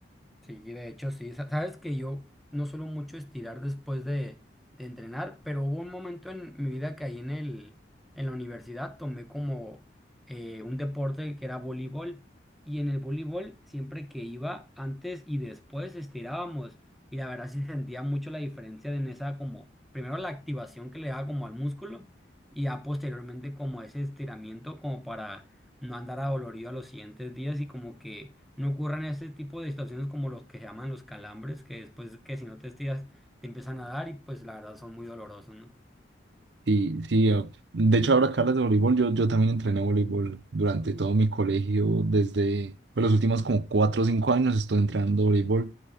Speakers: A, in the centre; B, on the right.
A: Sí, de hecho, sí. Sa- Sabes que yo no suelo mucho estirar después de, de entrenar, pero hubo un momento en mi vida que ahí en el, en la universidad tomé como eh, un deporte que era voleibol. Y en el voleibol, siempre que iba, antes y después estirábamos. Y la verdad sí sentía mucho la diferencia en esa como, primero la activación que le daba como al músculo y ya posteriormente como ese estiramiento como para no andar adolorido a los siguientes días y como que no ocurran este tipo de situaciones como los que se llaman los calambres, que después que si no te estiras te empiezan a dar y pues la verdad son muy dolorosos, ¿no?
B: Sí, sí, ah, de hecho ahora que hablas de voleibol, yo, yo también entrené voleibol durante todo mi colegio, desde pues, los últimos como cuatro o cinco años estoy entrenando voleibol.